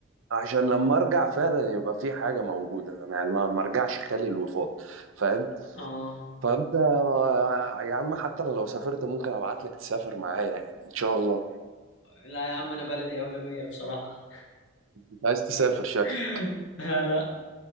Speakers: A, on the right; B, on the left.
A: عشان لما ارجع فعلا يبقى في حاجه موجوده يعني ما ما ارجعش خالي الوفاض فاهم
B: اه
A: فانت آه، يا عم حتى أنا لو سافرت ممكن ابعت لك تسافر معايا يعني ان شاء الله
B: لا يا عم انا بلدي اولى بيا بصراحة
A: انت عايز تسافر شكلك
B: <laughs> لا لا